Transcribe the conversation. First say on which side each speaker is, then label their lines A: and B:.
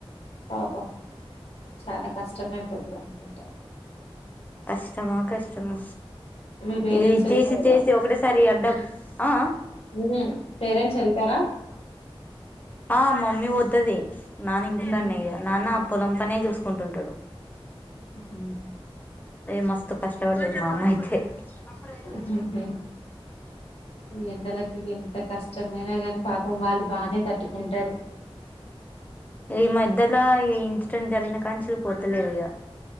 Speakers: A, on the left; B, on the left.
A: పాపం చాలా కష్టమయిపోతుంది అనుకుంటా
B: కష్టమా కష్టమా
A: మీ పేరెంట్స్
B: ఇది
A: వెళ్తారు
B: చేసి చేసి
A: కదా
B: ఒకటిసారి అడ్డం ఆ
A: ఉ పేరెంట్స్ వెళ్తారా
B: ఆ మమ్మీ పోతది నాన్న ఇంటికాన
A: ఉమ్
B: ఇగ నాన్న పొలం పనే చూసుకుంటుంటాడు
A: ఉమ్
B: ఏ మస్తు కష్టపడతాది మా అమ్మా ఇయితే అప్పురం ఎలా
A: ఉహుహు.
B: కేకదు ఉ
A: ఈ ఎండలకి ఎంత కష్టమైనా కని పాపం వాళ్ళు బాగానే తట్టుకుంటారు
B: <unintelligible> ఈ మధ్యలో ఈ ఇన్సిడెంట్ జరిగిన కానీంచి పోతలేదు ఇక